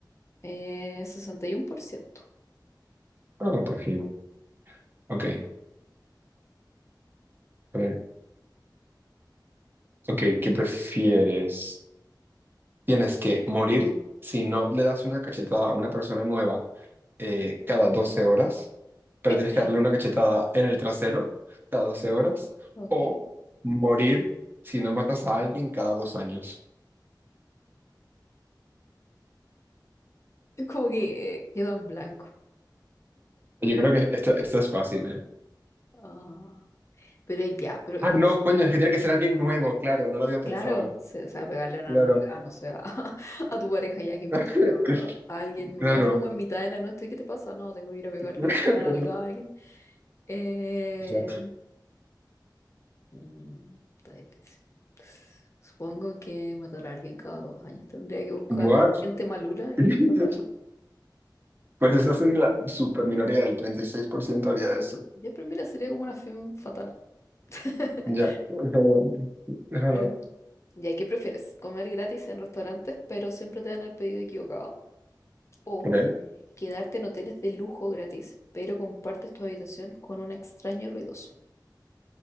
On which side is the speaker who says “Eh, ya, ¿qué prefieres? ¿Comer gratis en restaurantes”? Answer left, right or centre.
Left